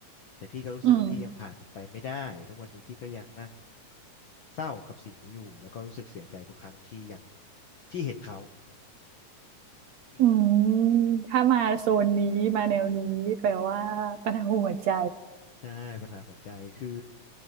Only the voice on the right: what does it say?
อืม
อืมถ้ามาโซนนี้มาแนวนี้แปลว่าปัญหาหัวใจ